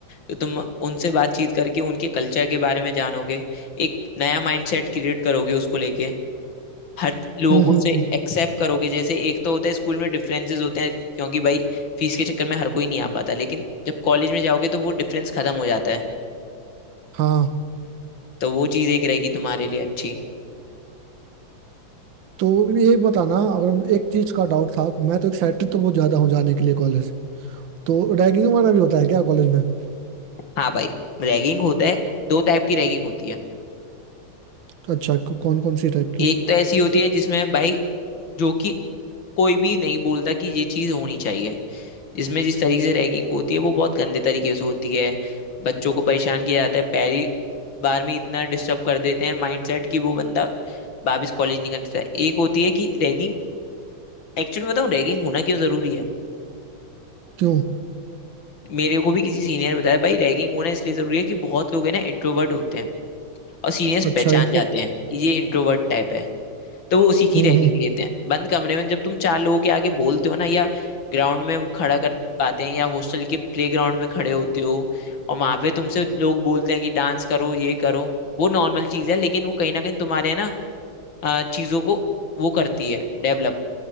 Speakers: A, on the left (about 80°); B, on the right (about 80°).
A: तो तुम उनसे बातचीत करके उनके कल्चर के बारे में जानोगे एक नया माइंडसेट क्रिएट करोगे उसको लेके हर लोगों
B: हम्म हम्म,
A: से
B: हम्म,
A: एक्सेप्ट करोगे जैसे एक तो होता है स्कूल में डिफरेंसेस होते हैं क्योंकि भाई फीस के चक्कर में हर कोई नहीं आ पाता लेकिन जब कॉलेज में जाओगे तो वो डिफरेंस खत्म हो जाता है
B: हाँ
A: तो वो चीज एक रहेगी तुम्हारे लिए अच्छी
B: तो ये बताना अगर हम- एक चीज का डाउट था मैं तो एक्साइटेड तो बहुत ज्यादा हूँ जाने के लिए कॉलेज तो रैगिंग वगैरह भी होता है क्या कॉलेज में
A: हाँ भाई रैगिंग होता है दो टाइप की रैगिंग होती है
B: तो अच्छा कौन कौन सी टाइप की
A: एक तो ऐसी होती है जिसमें भाई जो कि कोई भी नहीं बोलता कि ये चीज होनी चाहिए जिसमें जिस तरीके से रैगिंग होती है वो बहुत गंदे तरीके से होती है बच्चों को परेशान किया जाता है पहली बार में इतना डिस्टर्ब कर देते हैं माइंडसेट कि वो बंदा वापस कॉलेज नहीं करता एक होती है कि रैगिंग एक्चुअली बताऊं रैगिंग होना क्यों जरूरी है
B: क्यों
A: मेरे को भी किसी सीनियर ने बताया भाई रैगिंग होना इसलिए जरूरी है कि बहुत लोग है ना इंट्रोवर्ट होते हैं और सीनियर्स
B: अच्छा
A: पहचान
B: इनको
A: जाते हैं कि ये इंट्रोवर्ट टाइप है तो वो उसी की
B: हम्म
A: रैगिंग
B: हम्म
A: लेते हैं बंद कमरे में जब तुम चार लोगों के आगे बोलते हो ना या ग्राउंड में वो खड़ा कर पाते हैं या हॉस्टल के प्लेग्राउंड में खड़े होते हो और वहां पे तुमसे लोग बोलते हैं कि डांस करो ये करो वो नॉर्मल चीज है लेकिन वो कहीं ना कहीं तुम्हारे ना अ, चीजों को वो करती है डेवलप